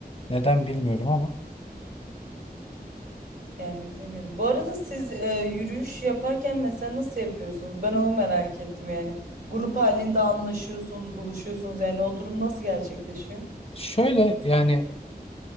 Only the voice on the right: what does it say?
Yani bilemiyorum. Bu arada siz e, yürüyüş yaparken mesela nasıl yapıyorsunuz? Ben onu merak ettim yani. Grup halinde anlaşıyorsunuz, buluşuyorsunuz. Yani o durum nasıl gerçekleşiyor?